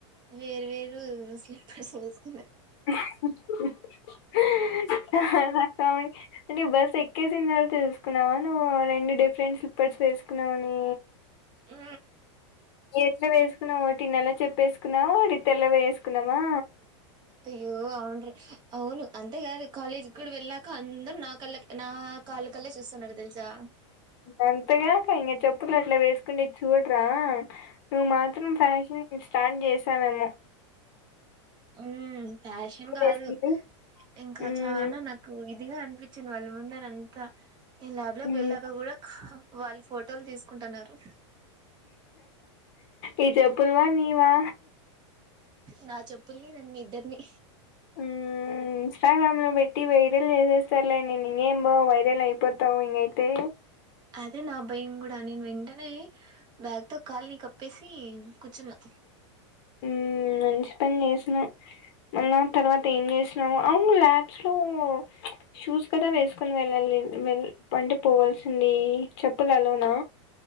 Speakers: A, on the right; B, on the left.
A: వేరు వేరు ము స్లీప్పర్స్ వేసు.
B: <unintelligible> అంటే బస్ ఎక్కేసిందార తెలుసుకున్నావా నువ్వు రెండు డిఫరెంట్ స్లిప్పర్స్ వేసుకున్నావు అని.
A: ఊ
B: ఏట్లా వేసుకున్నావు ఒట్టి నల్ల చెప్పు చెప్పేసుకున్నావు ఒకటి తెల్ల వేసుకున్నామా.
A: అయ్యో అవును. అవును అంతేకాదు కాలేజీ కూడా వెళ్ళాక అందరు నా కళ్ళ నా కాళ్ళ కల్లే చూస్తున్నారు తెలుసా.
B: అంతేగాక ఇంక చెప్పులు అట్లా వేసుకుంటే చూడరా. నువ్వు మాత్రం ఫ్యాషన్ స్టార్ట్ చేసావేమో.
A: హు ఫ్యాషన్ కాదు
B: వేసుకుంది
A: ఇంకా
B: మ్మ్
A: చానా నాకు ఇది. ఇద్దిగా అనిపించింది వాళ్ళ ముందల అంతా నేను ల్యాబ్ లోకి
B: మ్మ్
A: వెళ్ళాక కూడా. వాళ్ళు ఫోటోలు తీసుకుంటున్నారు.
B: ఈ చెప్పుల్వా నీవా.
A: నా చెప్పుల్ని నన్ను ఇద్దర్ని.
B: ఊ ఇన్స్టాగ్రామ్ లో పెట్టి వైరల్ చేసేస్తర్లే నేను ఇంకేం బా వైరల్ అయిపోతా. తావు ఇంగ అయితే.
A: అదే నా భయం కూడా నేను వెంటనే బ్యాగ్ తో కాలని కప్పేసి. కూచున్నా.
B: ఊ మంచి పని చేసినావు. మా తర్వాత ఏం చేసినాము అవును ల్యాబ్స్ లో షూస్ కదా వేసుకొని వెళ్ళాలి. వెల్ పండి పోవల్సింది చెప్పులు ఆ లోనా.